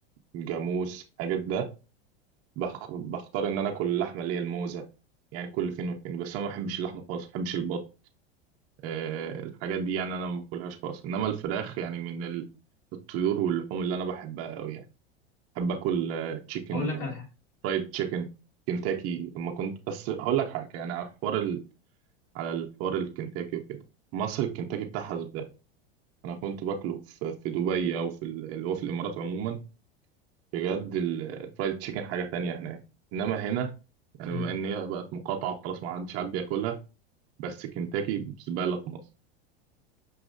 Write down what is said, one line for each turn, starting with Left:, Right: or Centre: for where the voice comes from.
Right: الجاموس الحاجات ده بخ- بختار ان انا اكل اللحمه اللي هي الموزه يعني كل فين وفين بس انا ما بحبش اللحمه خالص ما بحبش البط أه الحاجات دي يعني انا ما باكلهاش خالص انما الفراخ يعني من ال- الطيور واللحوم اللي انا بحبها قوي يعني بحب اكل تشيكن
Left: اقول لك على حاجة
Right: فرايد تشيكن كنتاكي لما كنت بس هقول لك حاجه يعني على حوار على الحوار الكنتاكي وكده مصر الكنتاكي بتاعها زبالة أنا كنت باكله في في دبي أو في ال- اللي هو في الإمارات عموما بجد ال- الفرايد تشيكن حاجة تانية هناك إنما هنا يعني
Left: مم.
Right: بما إن هي بقت مقاطعة وخلاص ما عادش حد بياكلها بس كنتاكي زبالة في مصر